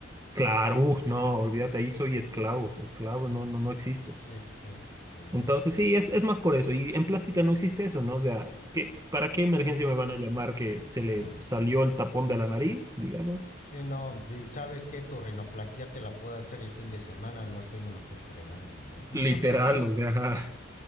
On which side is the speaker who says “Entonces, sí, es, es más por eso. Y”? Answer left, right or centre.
Right